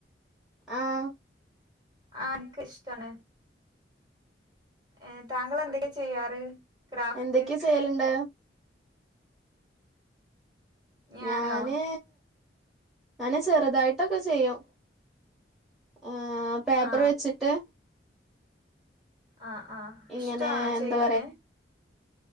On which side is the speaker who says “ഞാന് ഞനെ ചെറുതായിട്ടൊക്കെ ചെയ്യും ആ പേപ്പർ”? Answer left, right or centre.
Centre